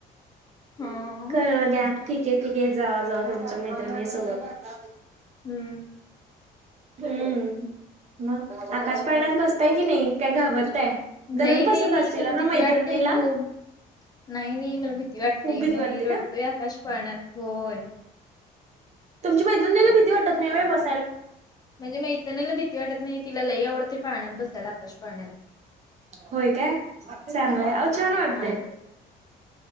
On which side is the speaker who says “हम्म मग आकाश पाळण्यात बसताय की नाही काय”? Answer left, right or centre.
Right